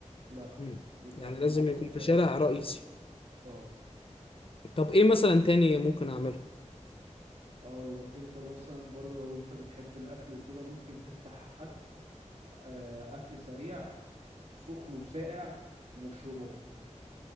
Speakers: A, on the right; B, on the left.
A: لا
B: امم
A: يبقى
B: يعني
A: في
B: لازم
A: منطقة
B: يكون
A: فيها
B: في
A: الرجل
B: شارع رئيسي
A: اه
B: طب ايه مثلا تاني ممكن اعمله
A: اقول لك انت مثلا برضو لو انت بتحب الاكل وكده ممكن تفتح اكل آه، اكل سريع سخن وساقع ومشروبات